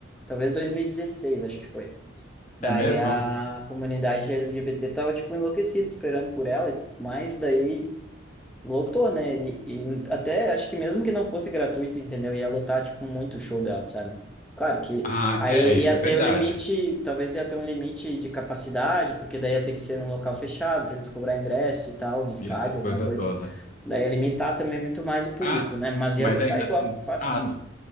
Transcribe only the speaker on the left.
É mesmo?
Ah,
é, isso
é verdade.
E essas coisas
todas.
Ah,
mas
ainda
assim.
Ah, não.